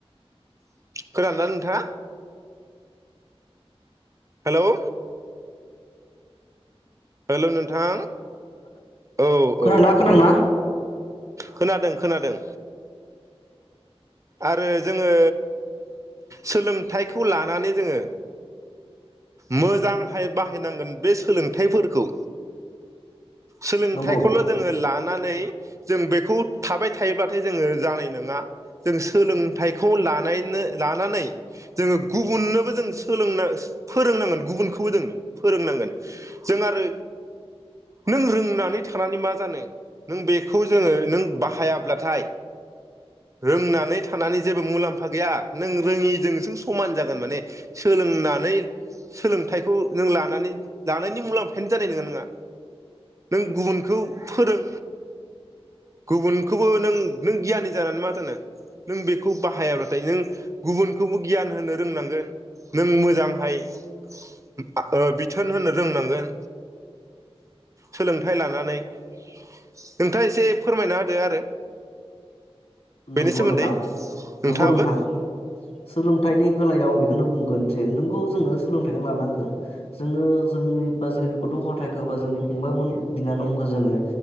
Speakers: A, on the right; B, on the left.
A: खोनादोंना नोंथाङा हेलौ हेलौ नोंथां औ
B: खोनांदोंना
A: औ
B: खोनादोंना
A: औ खोनादों खोनादों आरो जोङो सोलोंथाइखौ लानानै जोङो मोजांहाय बाहायनांगोन बे सोलोंथाइफोरखौ सोलोंथाइखौल'
B: नंगौ
A: जोङो लानानै जों बेखौ थाबाय थायोब्लाथाय जोङो जानाय नङा जों सोलोंथाइखौ लानायनो लानानै जोङो गुबुननोबो जों सोलोंना फोरोंनांगोन गुबुनखौबो जों फोरोंनांगोन जों आरो नों रोंनानै थानानै मा जानो नों बेखौ जोङो नों बाहायाब्लाथाय रोंनानै थानानै जेबो मुलाम्फा गैया नों रोङिजोंसों समान जागोन माने सोलोंनानै सोलोंथाइखौ नों लानानै लानायनि मुलाम्फायानो जानाय नङा नङा नों गुबुनखौ फोरों गुबुन खौबो नों नों गियानि जानानै मा जानो नों बेखौ बाहायाब्लाथाय नों गुबुनखौबो गियान होनो रोंनांगोन नों मोजांहाय ओ बिथोन होनो रोंनांगोन सोलोंथाइ लानानै नोंथाङा एसे फोरमायना होदो आरो बेनि
B: नंगौ
A: सोमोन्दै
B: नोंथां
A: नोंथाङाबो
B: नंगौ नोंथां सोलोंथाइनि बेलायाव आं बेखौनो बुंगोन जे नोंगौ जोङो सोलोंथाइखौ लानांगोन जोङो जोंनि बा जोंनि गथ' गथायाइखौ बा जोंनि फंबायमोन बिनानावखौ जोङो